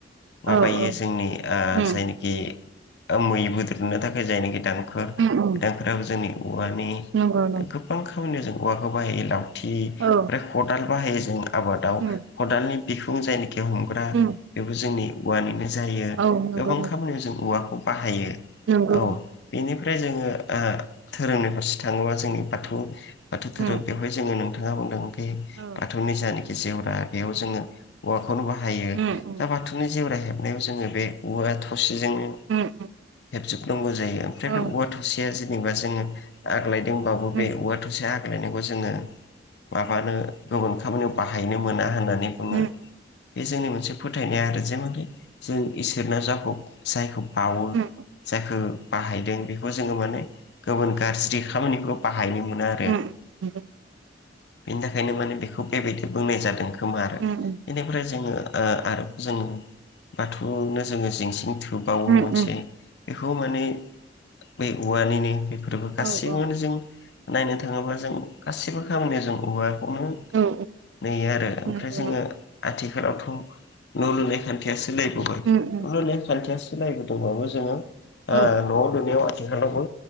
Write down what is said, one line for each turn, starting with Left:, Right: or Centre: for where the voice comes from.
Left: माबायो
Right: औ औ
Left: जोंनि आं
Right: उम
Left: जायनाखि मै बोद्रनो थाखाय जायनाखि <unintelligible>
Right: उम उम
Left: जोंनि औवानि
Right: नंगौ।
Left: गोबां खामानियाव जों औवाखौ बाहायो लावथि ओमफ्राय
Right: औ
Left: खदाल बाहायो जों आबादाव।
Right: उम
Left: खदालनि बिखुं जायनाखि हमग्रा
Right: उम
Left: बेबो जोंनि औवानिनो जायो।
Right: औ नंगौ
Left: गोबां
Right: नंगौ
Left: खामानियाव जों औवाखौ बाहायो
Right: नंगौ
Left: औ। बेनिफ्राय जोङो धोरोमनि फारसे थाङोबा जोंनि बाथौ बाथौ
Right: उम
Left: धोरोम बेवहाय
Right: उम
Left: जोङो नोंथाङा बुंदों बे
Right: औ
Left: बाथौनि जानाखि जेवरा बेयाव जों औवाखौनो बाहायो
Right: उम उम
Left: दा बाथौनि जेवरा हेबनायाव जोङो बे औवा थसेजोंनो
Right: उम उम
Left: हेबजोबनांगौ जायो ओमफ्राय
Right: औ
Left: बे औवा थ सेया जेनेबा जोङो आग्लायदोंबाबो
Right: उम
Left: बे औवा थ आगलायनायखौ जोङो माबानो गुबुन खामानियाव बाहायनो मोना होननानै बुङो।
Right: उम
Left: बे जोंनि मोनसे फोथायनाया आरो जे माने जों इसोरनो जाखौ जायखौ बावो
Right: उम
Left: जायखौ बाहायदों बेखौ जोङो माने गुबुन गाज्रि खामानियाव बाहायनो मोना आरो
Right: उम
Left: बेनि
Right: नंगौ
Left: थाखायनो माने बेखौ बेबायदि बुंनाय जादों। खोमो।
Right: उम उम
Left: जोङो ओ आरो जोङो बाथौनो जोङो जिं जिं थुबावो
Right: उम
Left: मोनसे
Right: उम
Left: बेखौ माने बे औवानिनो बेफोरबो
Right: औ
Left: गासिबोनो
Right: औ
Left: जों नायनो थाङोबा जों गासिबो खामानियाव जों औवाखौनो
Right: औ
Left: नेयो आरो
Right: नंगौ
Left: ओमफ्राय जोङो
Right: नंगौ
Left: आथिखालावथ' न' लुनाय खान्थिया सोलायबो
Right: <unintelligible>
Left: नेम खान्थिया सोलायबोदोंबाबो जोङो
Right: औ
Left: ओ न' लुनायाव आथिखालावबो